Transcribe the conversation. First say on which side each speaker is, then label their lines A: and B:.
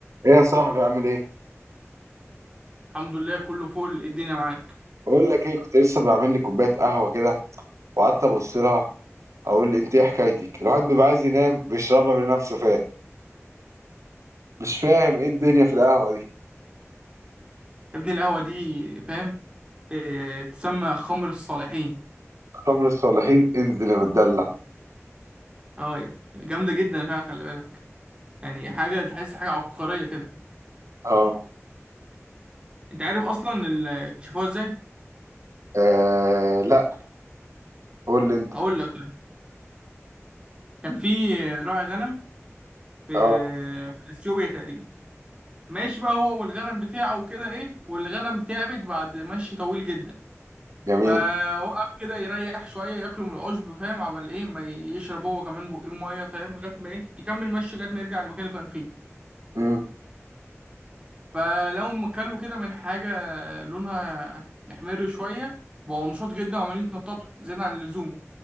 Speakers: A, on the right (about 90°); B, on the right (about 20°).
A: ايه يا صاحبي عامل ايه
B: الحمد لله كله فل إيه الدنيا معاك
A: بقول لك ايه كنت لسه بعمل لي كوبايه قهوه كده وقعدت ابص لها اقول انت ايه حكايتك الواحد بيبقى عايز ينام بيشربها بنفسه فاهم مش فاهم ايه الدنيا في القهوه دي
B: يا ابني القهوة دي فاهم إيه تسمى خمر الصالحين
A: خمر الصالحين انزل يا متدلع
B: اه يا ابني جامدة جدا فعلا خلي بالك يعني حاجة تحس حاجة عبقرية كده
A: اه
B: انت عارف اصلا ال- اكتشفوها ازاي؟
A: آه، لا قول لي انت
B: اقول لك طيب كان في راعي غنم في
A: اه
B: في اثيوبيا تقريبا ماشي بقى هو والغنم بتاعه وكده ايه والغنم تعبت بعد مشي طويل جدا
A: جميل
B: فوقف كده يريح شويه ياكلوا من العشب فاهم عمل ايه ما يشرب هو كمان بقين ميه فاهم لغايه ما ايه يكمل مشي لغايه ما يرجع المكان اللي كان فيه
A: امم
B: فلو م- كلوا كده من حاجة لونها محمر شوية بقوا نشاط جدا وعمالين يتنططوا زيادة عن اللزوم